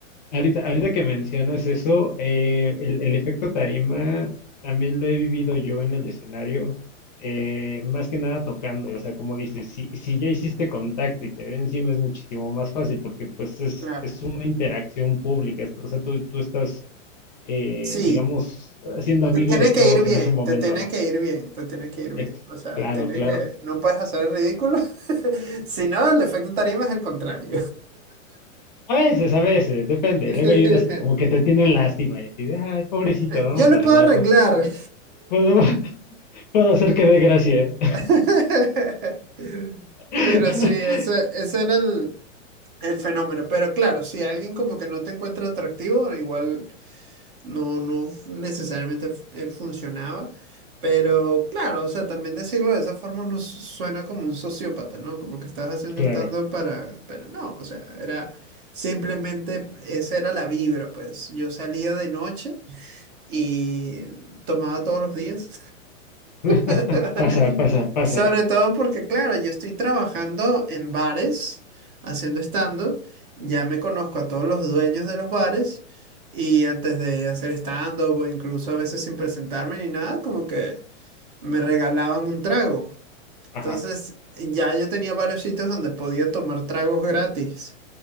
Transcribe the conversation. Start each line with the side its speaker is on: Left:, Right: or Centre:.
Left: Ahorita, ahorita que mencionas eso, eh, el, el efecto tarima también lo he vivido yo en el escenario, eh, más que nada tocando, o sea, como dices, si, si ya hiciste contacto y te ven encima es muchísimo más fácil porque pues es,
Right: Claro.
Left: es una interacción pública, es- o sea, tú, tú estás, eh,
Right: Sí,
Left: digamos, siendo amigo
Right: te tiene
Left: de
Right: que
Left: todos
Right: ir bien,
Left: en ese momento,
Right: te tiene
Left: ¿no?
Right: que ir bien, te tiene que ir bien.
Left: Ex-
Right: O sea,
Left: claro,
Right: tiene
Left: claro.
Right: que, no puedes hacer el ridículo. <laughs> Si no, el efecto tarima es el contrario.
Left: A veces, a veces, depende.
Right: <laughs>
Left: Luego hay unas que como que te tienen lástima y así de, ay, pobrecito,
Right: Eh,
Left: vamos
Right: Yo lo
Left: a
Right: puedo
Left: dar,
Right: arreglar.
Left: ¿no? Podemos- <laughs> Puedo hacer que dé gracia.
Right: <laughs>
Left: <laughs>
Right: Pero sí, eso, ese era el, el fenómeno. Pero claro, si alguien como que no te encuentra atractivo, igual no, no necesariamente eh, funcionaba. Pero
Left: Ajá,
Right: claro, o sea, también decirlo de esa forma no su- suena como un sociópata, ¿no? Como que estás haciendo
Left: claro.
Right: stand-up para... Pero no, o sea, era simplemente, esa era la vibra, pues yo salía de noche y tomaba todos los días.
Left: <laughs>
Right: <laughs>
Left: Pasa, pasa, pasa.
Right: Sobre todo porque, claro, yo estoy trabajando en bares, haciendo stand-up, ya me conozco a todos los dueños de los bares y antes de hacer stand-up o incluso a veces sin presentarme ni nada, como que me regalaban un trago.
Left: Ajá.
Right: Entonces ya yo tenía varios sitios donde podía tomar tragos gratis,